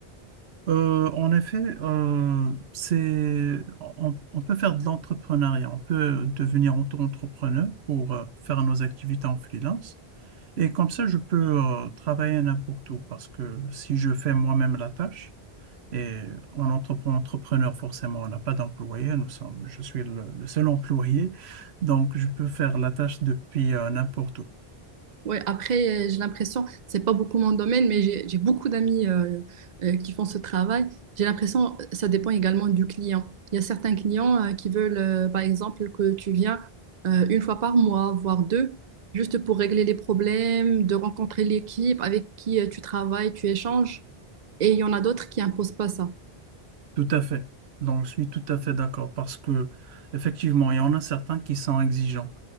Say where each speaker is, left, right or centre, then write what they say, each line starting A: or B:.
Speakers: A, on the right; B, on the right.
A: Euh, en effet, euh, c'est, on, on peut faire de l'entrepreneuriat, on peut devenir auto-entrepreneur pour euh, faire nos activités en freelance. Et comme ça, je peux euh, travailler n'importe où parce que si je fais moi-même la tâche, et en entrepreneur, entrepreneur forcément, on n'a pas d'employé, nous sommes, je suis le, le seul employé, donc je peux faire la tâche depuis euh, n'importe où.
B: Ouais, après, euh, j'ai l'impression, c'est pas beaucoup mon domaine, mais j'ai j'ai beaucoup d'amis euh, euh, qui font ce travail. J'ai l'impression, euh, ça dépend également du client. Il y a certains clients euh, qui veulent, euh, par exemple, que tu viens euh, une fois par mois, voire deux, juste pour régler les problèmes, de rencontrer l'équipe avec qui euh, tu travailles, tu échanges. Et il y en a d'autres qui imposent pas ça.
A: Tout à fait. Donc, je suis tout à fait d'accord parce que, effectivement, il y en a certains qui sont exigeants